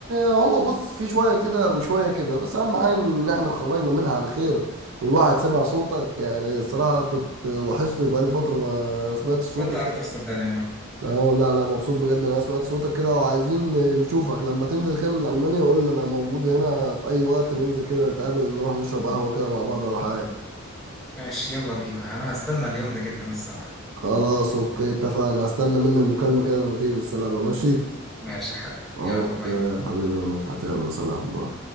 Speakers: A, on the right (about 65°); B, in the centre.
A: هو بص في شويه كده وشويه كده بس اهم حاجه ان احنا خرجنا منها على خير والواحد سمع صوتك يعني الصراحه كنت وحشني وبقالي فتره ما سمعتش صوتك
B: وانت اكتر صدقني يا ماركو
A: اهو لا لا مبسوط بجد إن انا سمعت صوتك كده وعايزين نشوفك لما تنزل كده من المانيا قول لي انا موجود هنا في اي وقت ننزل كده نتقابل نروح نشرب قهوة كده مع بعض ولا حاجة
B: ماشي يلا بينا انا هستنى اليوم ده جدا الصراحه
A: خلاص اوكي اتفقنا هستنى منك المكالمة كده لما تيجي بالسلامة ماشي
B: ماشي يا حبيبي
A: اوكي
B: يلا باي باي
A: حبيبي يا مدحت يلا سلام باي